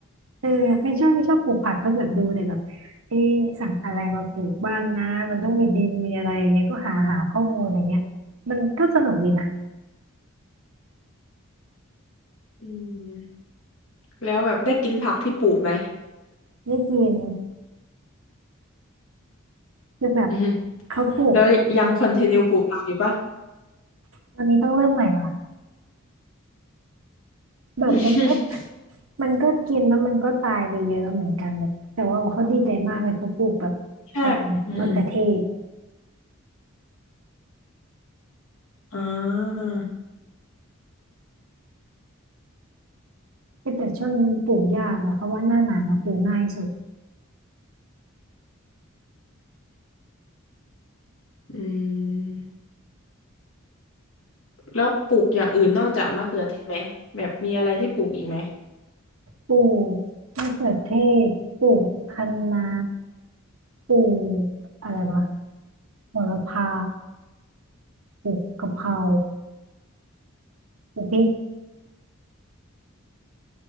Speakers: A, on the right; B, on the left.
A: เออไม่ชอบไม่ชอบปลูกผักก็แบบดูแต่แบบเอ๊ะสั่งอะไรมาปลูกบ้างนะมันต้องมีดินมีอะไรอย่างเงี้ยก็หาหาข้อมูลอะไรเงี้ยมันก็สนุกดีนะ
B: อืมแล้วแบบได้กินผักที่ปลูกไหม
A: ได้กินคือแบบ
B: อือฮึ
A: เขาปลูก
B: แล้วยังคอนติเนียปลูกผักอยู่ปะ
A: ตอนนี้ต้องเริ่มใหม่ว่ะแบบมันก็
B: <laughs>
A: มันก็กินแล้วมันก็ตายไปเยอะแล้วเหมือนกันแบบแต่ว่าเขาดีใจมากเลยเขาปลูกแบบอะไรนะมะเขือเทศ
B: ใช่อืมอมอ่า
A: เอ้ยแต่ช่วงนี้มันปลูกยากอะเขาว่าหน้าหนาวมาปลูกง่ายสุด
B: อืมแล้วปลูกอย่างอื่นนอกจากมะเขือเทศไหมแบบมีอะไรที่ปลูกอีกไหม
A: ปลูกมะเขือเทศปลูกคะน้า ปลูกอะไรวะโหระพาปลูกกะเพราปลูกพริก